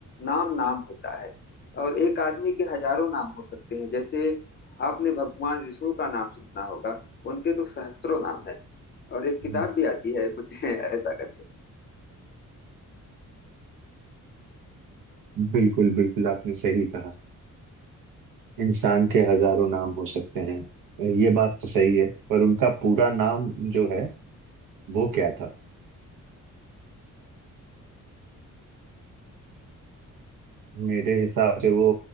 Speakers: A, on the left; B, on the right.
A: नाम नाम होता है और एक आदमी के हजारों नाम हो सकते हैं जैसे आपने भगवान विष्णु का नाम सुना होगा उनके तो सहस्त्रों नाम है और एक किताब
B: जी
A: भी आती है कुछ <laughs> ऐसा करके
B: बिल्कुल बिल्कुल आपने सही कहा इंसान के हजारों नाम हो सकते हैं ये बात तो सही है पर उनका पूरा नाम जो है वो क्या था मेरे हिसाब से वो